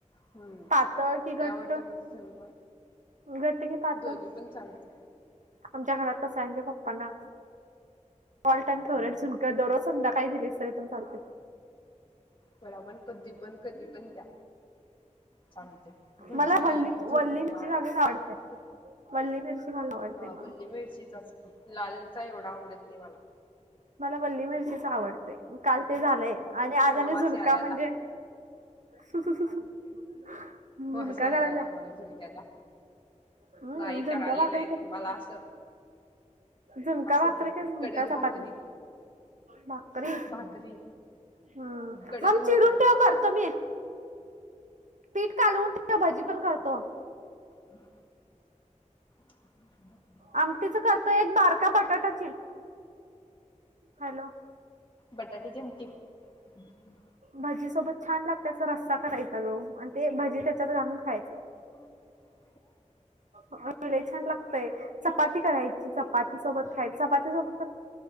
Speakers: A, on the left; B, on the right.
A: हम्म
B: पातळ कि घट्ट?
A: ते आवडते मला सल
B: घट्ट की पातळ?
A: दो्ही पण चालते.
B: आमच्या घरात तस आहेयज पप्पांना. ऑल टाइम फेवरेट झुनकर दरोज संदा काय दिलीस तरी तम चालते.
A: बला पण कधी पण कधी पण द्या. चालते भजी
B: मला वल्ली वल्ली
A: झुणका
B: मिरची घालून आवडते.
A: खूप.
B: वल्ली मिरची घालून आवडते
A: हा
B: मला.
A: वली मिरचीचाच लालचा एवढा आवडत नाही मला
B: मला वल्ली मिरचीच आवडतय काल ते झालंय आणि आज
A: मला
B: आणि
A: वास
B: झुलका
A: यायलाय
B: म्हणजे.
A: आता.
B: सु स सुस हम्
A: वास
B: निनका
A: यायलाय
B: कढला.
A: आता मला झुणक्याचा.
B: हम्म
A: नाही
B: झुणका
A: करायले
B: भाकणच्या
A: नाहीत मला असं
B: झुणका
A: असे
B: भाकरी का झुनका
A: कडक
B: चपाती.
A: भाकरी
B: री
A: भाकरी
B: हम्
A: कडक
B: मग
A: भाकरी
B: चिरून ठेव
A: लागतात.
B: करतो मी. पीठ कालवून ठ भाजी पण करतो.
A: हम. हम्.
B: आमटीच करतोय एक बारका बटाटा चिर हॅलो.
A: बडाडी जेमती. हम्म.
B: भजी सोबत छान लागते. अस रस्सा करायचा ग ते भजी त्याच्यात घालून खायचं.
A: हम्.
B: हेय छान लागतयं चपाती करायची. चपाती सोबत खायचं पण